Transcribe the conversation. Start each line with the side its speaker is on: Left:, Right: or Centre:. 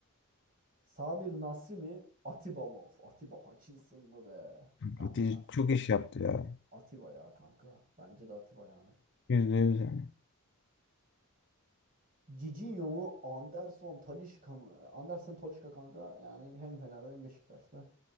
Right: Samir Nasri mi? Atiba mı? Of, Atiba Hutchinson mı be? Samir
Left: Fatih
Right: Nasri
Left: Çok
Right: kim
Left: iş
Right: ya?
Left: yaptı ya.
Right: Atiba ya kanka. Bence de Atiba yani.
Left: Yüzde yüz yani.
Right: Cicinho mu? Anderson Talisca mı? Anderson Talisca kanka yani hem Fener'de hem Beşiktaş'ta.